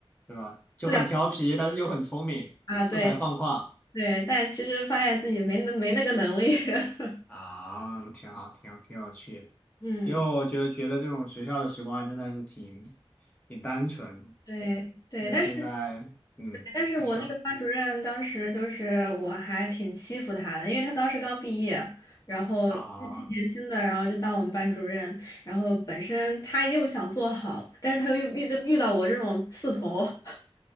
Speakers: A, on the left (about 15°); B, on the left (about 35°).
A: 对吧？就很调皮，
B: 良
A: 但是又很聪明，
B: 啊，
A: 恃才放旷
B: 对对，但其实发现自己没那没那个能力。<laughs>
A: 啊，挺好，挺挺有趣的。
B: 嗯
A: 因为我觉得觉得这种学校的时光还真的是挺挺单纯的，
B: 对对，
A: 对。因为现在，
B: 但是
A: 嗯，
B: 但是我那个班主任当时就是我还挺欺负他的，
A: 你说
B: 因为他当时刚毕业，然后挺年轻的，
A: 啊
B: 然后就当我们班主任，然后本身他又想做好，但是他又遇遇遇到我这种刺头，<laughs>